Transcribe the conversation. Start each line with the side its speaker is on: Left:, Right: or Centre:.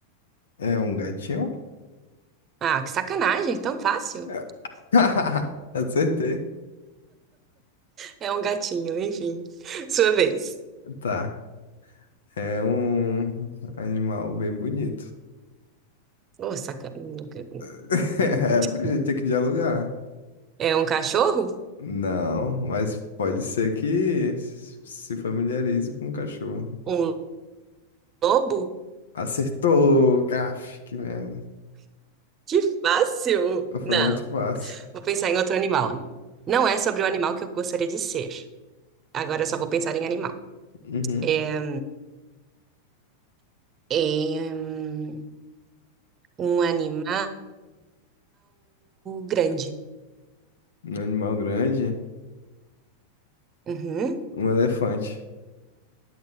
Left: é um gatinho.
Right: Ah, que sacanagem, tão fácil.
Left: É- <laughs> Acertei.
Right: É um gatinho, enfim. Sua vez.
Left: Tá, é um animal bem bonito.
Right: Oh, sacanagem.
Left: <laughs>
Right: <laughs>
Left: É, a gente tem que dialogar.
Right: É um cachorro?
Left: Não, mas pode ser que se familiarize com o cachorro.
Right: Um lobo?
Left: Acertou, caf, que merda.
Right: Que fácil!
Left: Foi
Right: Não,
Left: muito fácil.
Right: vou pensar em outro animal. Não é sobre o animal que eu gostaria de ser. Agora eu só vou pensar em animal.
Left: Uhum.
Right: É, é, hum, um animal grande.
Left: Um animal grande,
Right: Uhum.
Left: um elefante.